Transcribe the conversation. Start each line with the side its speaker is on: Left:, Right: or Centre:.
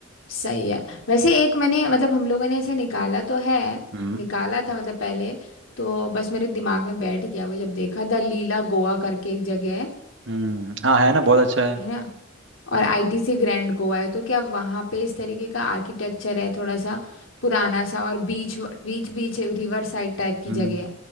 Left: सही है वैसे एक मैंने मतलब हम लोगों ने ऐसे निकाला तो है
Right: हम्म
Left: निकाला था मतलब पहले तो बस मेरे दिमाग में बैठ गया वो जब देखा द लीला गोवा करके एक जगह है
Right: हम्म हाँ है ना बहुत अच्छा है
Left: है ना और आईटीसी ग्रैंड गोवा है तो क्या वहाँ पे इस तरीके का आर्किटेक्चर है थोड़ा सा पुराना सा और beach beach beach river side type की
Right: हम्म
Left: जगह है